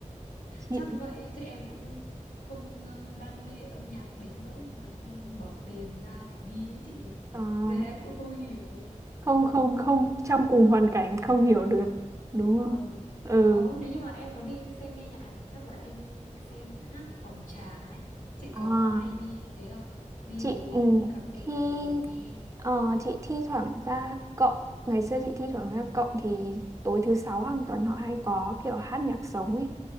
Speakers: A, on the right (about 25°); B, on the left (about 85°).
A: chị
B: chắc vậy chứ em cũng không ờ, đam mê âm nhạc đến nỗi mà em bỏ tiền ra để đi ấy chị
A: à,
B: nên em cũng không hiểu
A: không
B: Ờ,
A: không không trong cùng hoàn cảnh không hiểu được đúng
B: vâng
A: không ừ
B: có nếu như mà em có đi xem nghe nhạc thì chắc là em xem hát phòng trà ấy chị
A: à.
B: có hay đi như thế không đi
A: chị
B: vừa uống
A: ừ,
B: cà phê
A: thi
B: rồi vừa nghe
A: ờ, chị thi thoảng ra cộng ngày xưa chị thi thoảng ra cộng thì tối thứ sáu hàng tuần họ hay có kiểu hát nhạc sống ấy